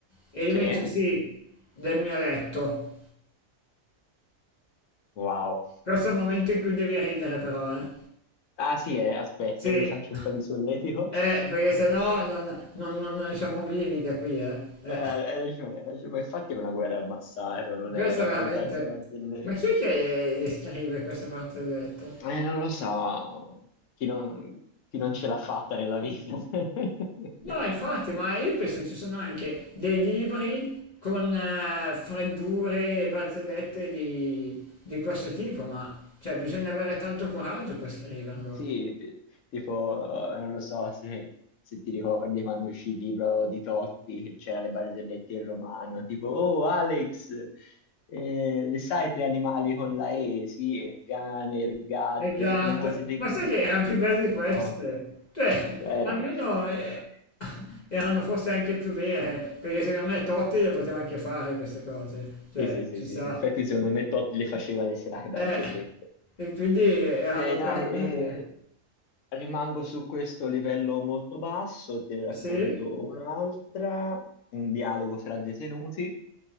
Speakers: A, on the left; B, on the left.
A: E lui
B: sì.
A: mi dice, sì, del mio letto.
B: Wow.
A: Questo è il momento in cui devi ridere però, eh.
B: Ah, sì, eh, aspetta,
A: Sì, eh,
B: mi faccio un po' di solletico.
A: perché sennò
B: <laughs>
A: non, non, non, non siamo vivi da qui, eh. Eh,
B: Eh, hai ragione, hai ragione, ma infatti è una guerra al massacro, non
A: Questo
B: è raccontarsi
A: è veramente...
B: barzellette.
A: Ma chi è che le scrive queste barzellette?
B: Eh, non lo so, chi non, chi non ce l'ha fatta nella vita. <laughs>
A: No, infatti, ma io penso che ci sono anche dei libri con eh, freddure e barzellette di, di questo tipo, ma cioè, bisogna avere tanto coraggio per scriverlo.
B: Sì, ti- tipo, eh, non lo so se, se ti ricordi quando uscì il libro di Totti, che c'era le barzellette in romano, tipo, oh Alex, eh, le sai tre animali con la E? Sì, il cane, il gatto,
A: E gatto,
B: e quelle cose lì
A: ma
B: che
A: sai
B: dici,
A: che erano più belle di queste?
B: "Oh,
A: Cioè,
B: eh,
A: almeno
B: non è...
A: eh, erano forse anche più vere, perché secondo me Totti le poteva anche fare queste cose, cioè,
B: Sì, sì, sì,
A: ci
B: sì,
A: sta.
B: in effetti secondo me Totti le faceva le serate barzellette.
A: Eh, e quindi erano
B: Ok, dai,
A: perlomeno
B: eh,
A: vere.
B: rimango su questo livello molto basso e te ne racconto
A: Sì?
B: un'altra, un dialogo tra detenuti.